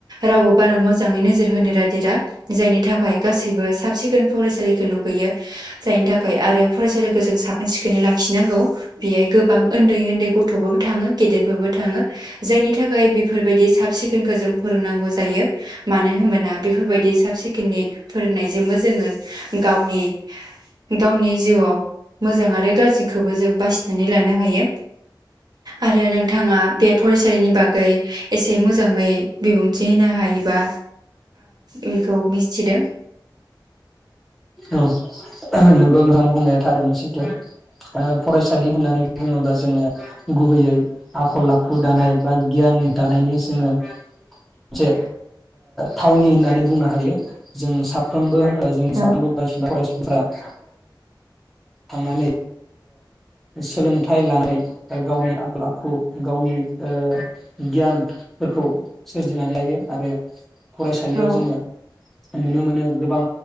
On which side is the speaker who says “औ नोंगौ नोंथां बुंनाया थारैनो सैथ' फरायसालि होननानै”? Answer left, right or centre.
Centre